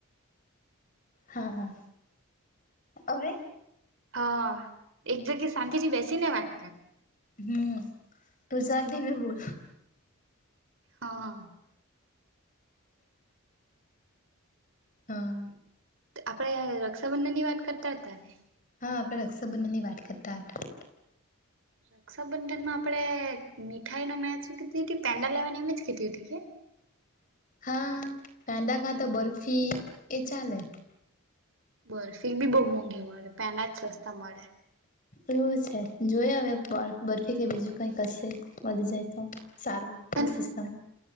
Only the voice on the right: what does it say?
હા એક જગ્યા શાંતિ થી બેસી ને વાત કર
હા.
આપણેે રક્ષાબંધન ની વાત કરતા હતા ને.
રક્ષાબંધન માં આપડે મીઠાઈ ન મેં શું કીધી હતી પેન્ડાલ લેવાની એમ જ કીધી હતી કે
બર ફી બી બહુ મોંઘી મળે પેન્ડા જ સસ્તા મળે.
તને